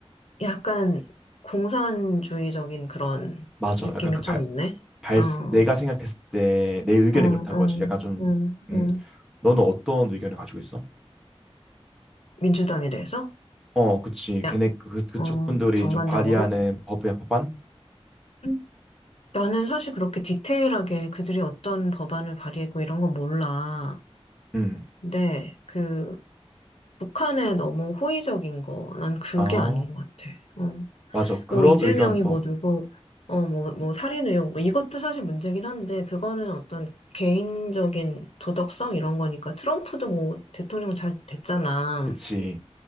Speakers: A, on the left; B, in the centre.
A: 약간 공산주의적인 그런
B: 맞아.
A: 느낌이
B: 약간 그
A: 좀
B: 발,
A: 있네.
B: 발,
A: 어,
B: 내가 생각했을 때 내 의견이
A: 어, 어,
B: 그렇다는 거지. 약간 좀,
A: 음,
B: 음,
A: 음.
B: 너는 어떤 의견을 가지고 있어?
A: 민주당에 대해서?
B: 어, 그치.
A: 야,
B: 걔네 그, 그쪽
A: 어,
B: 분들이
A: 전반적으로?
B: 좀 발의하는 법의 법안?
A: 음, 나는 사실 그렇게 디테일하게 그들이 어떤 법안을 발의했고 이런 건 몰라.
B: 음.
A: 근데 그 북한에 너무 호의적인 거, 난 그게
B: 아,
A: 아닌 것 같아. 어.
B: 맞아. 그런
A: 뭐, 이재명이
B: 의견, 어,
A: 뭐 누구, 어, 뭐, 뭐 살인 의혹, 뭐 이것도 사실 문제긴 한데, 그거는 어떤 개인적인 도덕성 이런 거니까, 트럼프도 뭐 대통령 잘 됐잖아.
B: 그치.